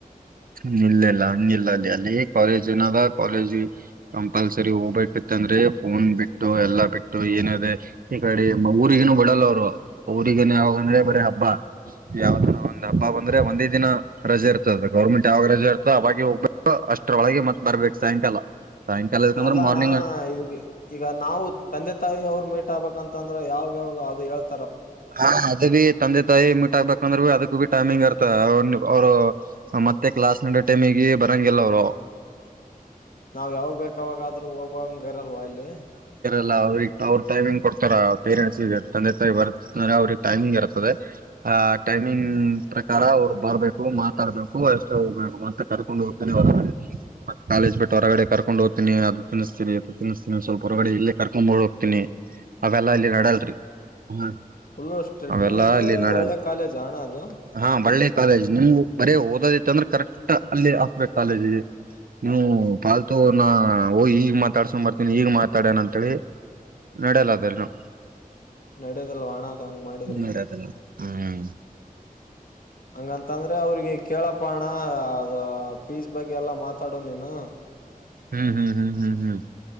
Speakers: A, on the right; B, on the left.
A: <unintelligible> ನಿ ಇಲ್ಲಲ್ಲ ಇಲ್ಲ ಅಲ್ಲಿ ಅಲ್ಲಿ ಕಾಲೇಜ್ ಏನದ ಕಾಲೇಜ್ ಕಂಪಲ್ಸರಿ ಹೋಗ್ಬೇಕಿತ್ತ ಅಂದ್ರೆ ಫೋನ್ ಬಿಟ್ಟು ಎಲ್ಲಾ ಬಿಟ್ಟು ಏನ ಅದೆ ಈ ಕಡೆ ಊರಿಗನು ಬಿಡಲ್ಲ ಅವರು ಅವ್ರಿಗೆ ಈಗನ್ ಯಾವಾಗ ಅಂದ್ರೆ ಬರೀ ಹಬ್ಬ ಯಾವ್ದ ಒಂದ್ ಹಬ್ಬ ಬಂದ್ರೆ ಒಂದೇ ದಿನ ರಜೆ ಇರ್ತದ ಗೌರ್ಮೆಂಟ್ಾವಾಗ ಇರ್ತೋ ಅವಾಗ ಹೋಗ್ಬೇಕು ಅಷ್ಟ್ರೊಳಗೆ ಮತ್ ಬರ್ಬೇಕು ಸಾಯಂಕಾಲ ಸಾಯಂಕಾಲ ಯಾಕಂದ್ರೆ
B: ಅಲ್ಲ
A: ಮಾರ್ನಿಂಗ್
B: ಅಣ್ಣ ಈ ಈಗ ನಾವು ತಂದೆ ಿ ಅವ್ರು ಮೀಟ್ ಆಗ್ಬೇಕ್ ಅಂತಂದ್ರೆ ಯಾವಾಗ ಯಾವ ಅದು ಹೇಳ್
A: ಹಾ ಅದು <unintelligible> ತಂದೆ ತಾಯಿ ಮೀಟ್ ಹಾಕ್ಬೇಕಂದ್ರೆ ಅದಕ್ ಬಿ ಟೈಮಿಂಗ್ ಇರ್ತದ ಅವ್ರು ಮತ್ತೆ ಕ್ಲಾಸ್ ನಡೋ ಟೈಮ ಈ ಬರಂಗೆಲ್ಲ ಅವರು
B: ನಾವ ಯಾವ್ ಬೇಕಾವಾಗಾದ್ರೂ ಹೋಗ್ಂಗ ಇರಲ್ವಾ ಅಲ್ಲಿ
A: ಲ್ಲ ಅವ್ರಗ್ ಅವ್ರರು ಟೈಮಿಂಗ್ ಕೊಡ್ತಾರ ಪೇರೆಂಟ್ಸ್ಗ ತಂದೆ ತಾಯಿ ಬರ್್ರೆ ಅವ್ರಿಗೆ ಟೈಮಿಂಗ್ ಇರ್ತದೆ ಆ ಟೈಮಿಂಗ್ ಪ್ರಕಾರ ಅವ್ರು ಬರ್ಬೇಕು ಮಾತಾಡ್ಬೇಕು ಅಷ್ಟೇ ಹೋಗ್ಬೇಕು ಅಂತ ಕರ್ಕೊಂಡು ಹೋಗ್ತೇನಿ ಮತ್ತ ಕಾಲೇಜ್ ಬಿಟ್ಟು ಹೊರಗಡೆ ಕರ್ಕೊಂಡು ಹೋಗ್ತನಿ ಅದು ತಿನ್ನಿಸ್ತೀರಿ ಅದು ತಿನ್ಿಸ್ತೀನಿ ಸ್ವಲ್ಪ ಹೊರಗಡೆ ಇಲ್ಲೇ ಕರ್ಕೊಂಡ್ ಹೋಗ್ತೀನಿ ಅವೆಲ್ಲ ಇಲ್ಲಿ ನಡೆಯಲ್ರಿ ಹ್ಮ
B: ಫುಲ್ಲು ಸ್ಟ್ರಿಕ್ಟುನು
A: ಅವೆಲ್ಲ
B: ಇದೆ
A: ಇಲ್ಲಿ ನಡಲ್ಲ
B: ಒಳ್ಳೆ ಕಾಲೇಜಾ ಅಣ್ಣ ಅದು?
A: ಹಾ ಒಳ್ಳೆ ಕಾಲೇಜ್ ನಿಮ್ಗ ಬರೀ ಓದೋದಿತ್ತ ಅಂದ್ರೆ ಕರೆಕ್ಟ್ ಅಲ್ಲಿ ಹಾಕ್ಬೇಕು ಕಾಲೇಜಿಗೆ ನೀವು ಪಾಲ್ತುನ ಓ್ ಈಗ ಮಾತಾಡ್ಸೊಂಡ್ ಬರ್ತಿ ನೀನ್ ಈಗ್ ಮಾತಾಡ್ಯನ ಅಂತೇಲಿ ನ್ಯಾಡ್ಯಾಳ ಅದ್ರ ನಾ
B: ನಡ್ಯದಲ್ ವ ಅಣ್ಣ ಹಂಗ ಮಾಡಿದ್ರೆ
A: ನೂರದಲ್ಲ ಹ್ಮ್
B: ಹಂಗಂತಂದ್ರೆ ಅವ್ರಿಗೆ ಕೇಳಪಣ ಅದು ಫೀಸ್ ಬಗ್ಗೆ ಎಲ್ಲಾ ಮಾತಾಡು ನೀನು
A: ಹ್ಮ್ ಹ್ಮ್ ಹ್ಮ್ ಹ್ಮ್ ಹ್ಮ್